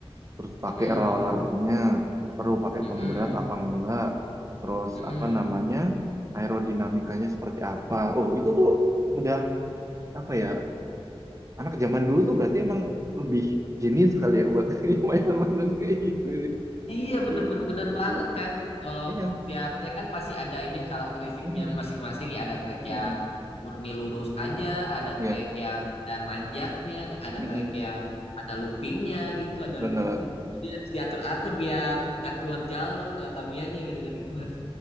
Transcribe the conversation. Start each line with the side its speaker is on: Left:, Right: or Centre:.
Right: terus pakai
Left: Mm-mm.
Right: rollernya, perlu pakai
Left: Mm-mm.
Right: pemberat apa enggak, terus
Left: Mm-mm.
Right: apa namanya, aerodinamikanya seperti apa. Oh itu tuh udah apa ya, anak zaman dulu tuh berarti emang lebih jenius kali ya buat <laughs> mainan-mainan kayak gitu.
Left: Iya bener, bener
Right: <laughs>
Left: bener banget kan. Kalau
Right: Iya.
Left: tiap track kan pasti ada ini karakteristiknya
Right: Mm-mm.
Left: masing-masing ya. Ada track
Right: Mm-mm.
Left: yang murni lurus aja, ada
Right: Iya.
Left: track yang ada nanjaknya, ada
Right: Mm-mm.
Left: track yang ada loopingnya gitu, ada
Right: benar.
Left: loopingnya. Jadi harus diatur-atur biar gak keluar jalur eh, tamianya biar gak dikeluar